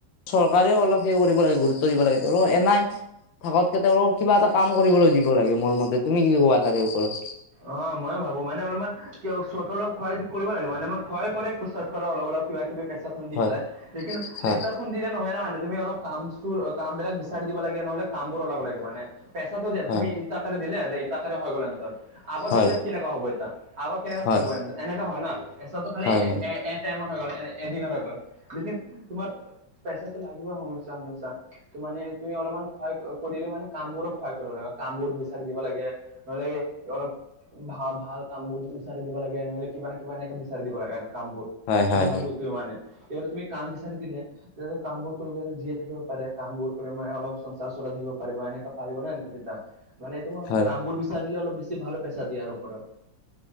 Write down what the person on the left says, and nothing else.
চৰকাৰেও অলপ সেই কৰিব লাগে, গুৰুত্ব দিব লাগে তেওঁ এনাই- থকাতকে তেওঁলোক কিবা এটা কাম কৰিবলৈ দিব লাগে মোৰ মতে তুমি কি কবা তাৰে ওপৰত।
হয়
হয়
হয়
হয়
হয়
হয় হয়
হয় হয় হয় হয়
হয়